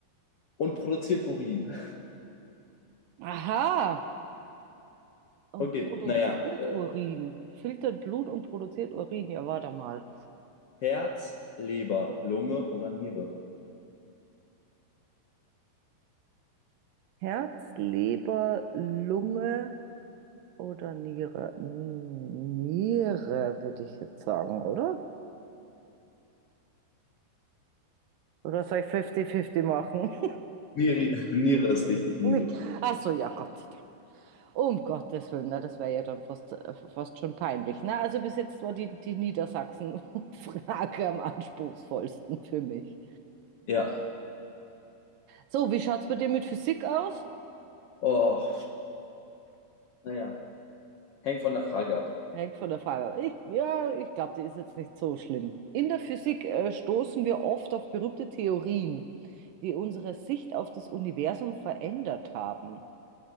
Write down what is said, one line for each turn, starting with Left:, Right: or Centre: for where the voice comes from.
Left: und produziert Urin? <laughs>
Right: Aha, und
Left: Okay,
Right: produziert
Left: naja, äh,
Right: Urin, filtert Blut und produziert Urin. Ja, warte mal.
Left: Herz, Leber, Lunge oder Niere?
Right: Herz, Leber, Lunge. Oder Niere. Hm, Niere, würde ich jetzt sagen, oder? Oder soll ich 50-50 machen?
Left: Niere, <laughs> Niere ist richtig,
Right: <laughs>
Left: Niere
Right: Nicht-
Left: ist richtig.
Right: Ach so, ja, Gott sei Dank. Um Gottes Willen, na, das wäre ja dann fast, äh, fast schon peinlich. Na, also bis jetzt war die, die Niedersachsen-Frage <laughs> am anspruchsvollsten für mich.
Left: Ja,
Right: So, wie schaut es bei dir mit Physik aus?
Left: oh, naja, hängt von der Frage ab.
Right: Hängt von der Frage ab. Ich, ja, ich glaube, die ist jetzt nicht so schlimm. In der Physik äh, stoßen wir oft auf berühmte Theorien, die unsere Sicht auf das Universum verändert haben.